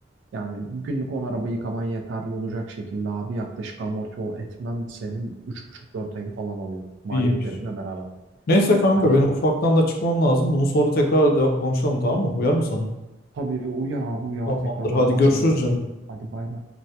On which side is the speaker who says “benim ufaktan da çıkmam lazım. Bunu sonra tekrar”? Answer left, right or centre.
Left